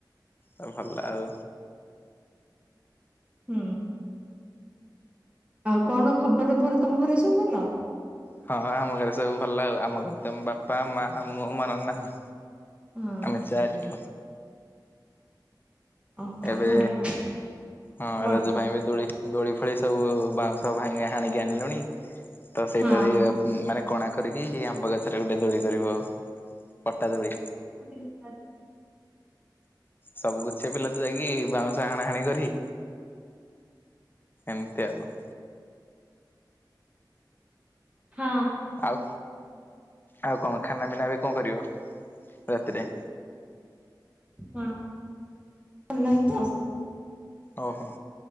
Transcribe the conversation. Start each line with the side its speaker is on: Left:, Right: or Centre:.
Left: ଅ ଭଲ ଆଉ।
Right: ହୁଁ। ଆଉ କଣ ଖବର ଭଲ ତମ ଘରେ ସବୁ ଭଲ?
Left: ହଁ, ହଁ ଆମ ଘରେ ସବୁ ଭଲ ଆଉ। ଆମ ଘରେ ତ ବାପା, ମା, ମୁଁ, ମ ନନା ଆଉ।
Right: ହଁ
Left: ଆମେ ଚାରି।
Right: ଓହୋ
Left: ଏବେ
Right: ଭଲ ଆଉ
Left: ହଁ
Right: ବଢିଆ।
Left: ରଜ ପାଇଁ ବି ଦୋଳି ଦୋଳି ଫଳି ସବୁ ବାଉଁଶ ଭାଙ୍ଗି ହାଣିକି ଆଣିଲୁଣି। ତ ସେଇଟାରେ
Right: ହଁ
Left: ମାନେ କଣା କରିକି
Right: ହଁ
Left: ସେ ଆମ୍ବ ଗଛରେ ଗୋଟେ ଦୋଳି କରିବୁ ଆଉ। ପଟାଦୁଳି।
Right: <unintelligible>
Left: ସବୁ ଗୋଛେ ପିଲା ତ ଯାଇକି ବାଉଁଶ ହାଣାହାଣି କରି ଏମିତି ଆଉ।
Right: ହଁ।
Left: ଆଉ, ଆଉ କଣ ଖାନା ପିନା ଏବେ କଣ କରିବ ରାତିରେ?
Right: <unintelligible>
Left: ଓହୋ!